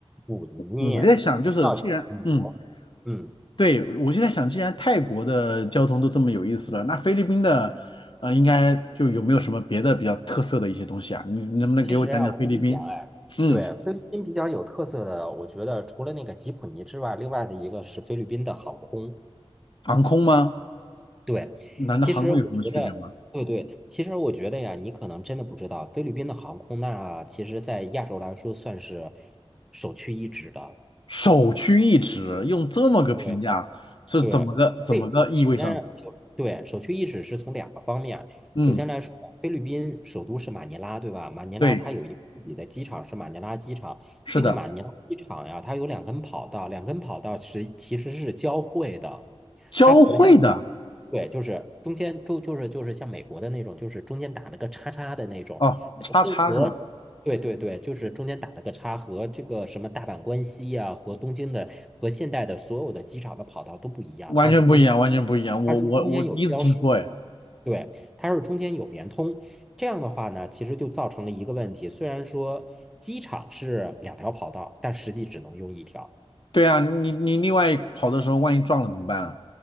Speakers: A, in the centre; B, on the left.
A: 普尼不叫普，
B: 嗯，我就在想，就是既然嗯。
A: 嗯，
B: 对，我就在想，既然泰国的交通都这么有意思了，那菲律宾的，呃，应该就有没有什么别的比较特色的一些东西啊？你你能不能给我讲讲菲律宾？
A: 其实啊，我跟你讲，哎，
B: 嗯，
A: 对，菲律宾比较有特色的，我觉得除了那个吉普尼之外，另外的一个是菲律宾的航空。
B: 航空吗？
A: 对，
B: 难道航空有什么区别吗？
A: 其实我觉得，对对，其实我觉得呀，你可能真的不知道，菲律宾的航空那其实在亚洲来说算是首屈一指的。
B: 首屈一指，用这么个评价是怎么个怎么个意味上的？
A: 对，对，对，首先是首对首屈一指是从两个方面。
B: 嗯，
A: 首先来说，菲律宾首都是马尼拉，对吧？马尼拉它有一个自己的机场，
B: 对，
A: 是马尼拉机场。
B: 是的，
A: 这个马尼拉机场呀，它有两根跑道，两根跑道是其实是交汇的，
B: 交汇的
A: 它不像对，就是中间就就是就是像美国的那种，就是中间打了个叉叉的那种，
B: 哦，叉叉是吧？
A: 跟和对对对，就是中间打了个叉，和这个什么大阪关西呀、和东京的和现代的所有的机场的跑道都不一样，
B: 完全不一样，
A: 它是中间，
B: 完全不一样。我我我第一次听说，
A: 它是中间有交失，
B: 哎，
A: 对，它是中间有联通。这样的话呢，其实就造成了一个问题，虽然说机场是两条跑道，但实际只能用一条。
B: 对啊，你你另外跑的时候，万一撞了怎么办啊？